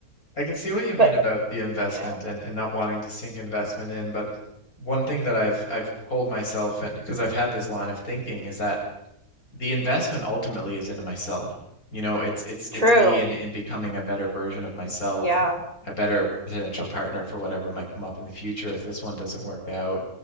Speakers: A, on the left; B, on the right.
A: I can see what you mean
B: but
A: about the investment
B: you know
A: and, and not wanting to sink investment in, but one thing that I've I've told myself and because I've had this line of thinking is that the investment ultimately is into myself. You know, it's it's
B: true
A: it's me in, in becoming a better version of myself,
B: yeah
A: a better potential partner for whatever might come up in the future if this one doesn't work out.